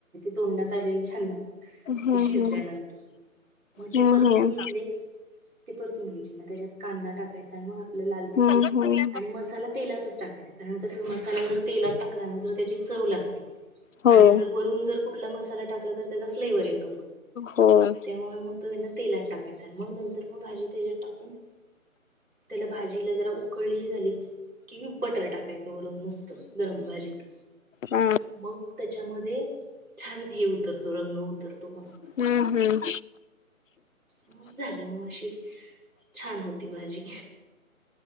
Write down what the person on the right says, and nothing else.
तोडात आलेले छान लाग
ते शिजल्यानंतर
मग ते
परतून घेतले ते परतून घ्यायचे मग त्याच्यात कांदा टाकायचा आणि मग आपलं लाल तिखट
आणि मसाला तेलातच टाकायचं कारण कसं मसाला जर तेलात टकल्यान जर त्याची चव लागते ती
आणि जर वरून जर कुट कुठला मसाला टाकला तर त्याचा फ्लेवर येतो
त्यामुळे मग तो हे ना तेलात टाकायचा मग नंतर भाजी त्याच्यात टाकून त्याला भाजीला जरा उकळली हे झाली कि बटर टाक टाकायचं वरून नुसतं गरम भाजीत
मग त्यांच्या मध्ये छान हे उतरतो रंग उतरतो मस्त
म झालं मग अशी छान होती भाजी